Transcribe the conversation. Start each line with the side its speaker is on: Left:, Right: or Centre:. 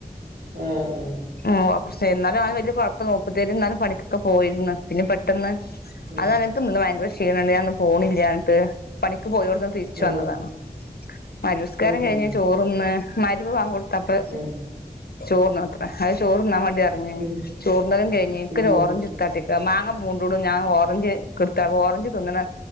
Right: ആഹ് ആഹ്
Left: <unintelligible> എന്നാലും അവന് വലിയ കുഴപ്പം മുപ്പത്തിയാർ എന്നാലും പണിക്കൊക്കെ പോയിരുന്നു പിന്നെ പെട്ടെന്ന് പെട്ടെന്ന്
Right: ആഹ്
Left: അതക്ക് ഭയങ്കര ക്ഷീണണ്ട് ഞാൻ ഇന്ന് പോണില്ല എന്നട്ട് പണിക്ക് പോയോട് തിരിച്ചു
Right: ആഹ്
Left: വന്നതാണ് മഗ്‌രിബ് നിസ്കാരം
Right: ആഹ്
Left: കഴിഞ്ഞ്
Right: ആഹ്
Left: ചോറുന്നു മഗ്‌രിബ് ബാങ്ക് കൊടുത്തപ്പോ
Right: ആഹ്
Left: ചോറിന്നത്ര അത് ചോറ്ന്നാൻ വേണ്ടി ഇറങ്ങിയിൻ
Right: ഉം
Left: ചോറ്ന്നാലും കഴിന്ന് എനിക്ക്
Right: ഉം
Left: ഒരു ഓറഞ്ച് കാട്ടിക മാങ്ങ പൂണ്ടടും ഞാൻ ഓറഞ്ചക്ക്ദത്ത ഓറഞ്ച് തിന്നണ